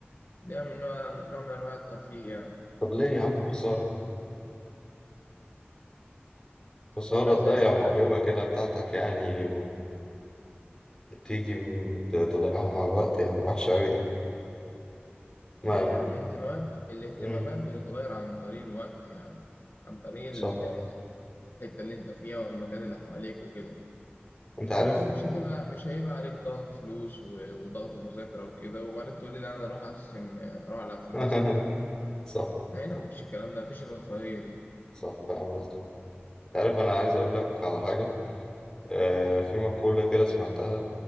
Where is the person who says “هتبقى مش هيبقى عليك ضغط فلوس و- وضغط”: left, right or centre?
Left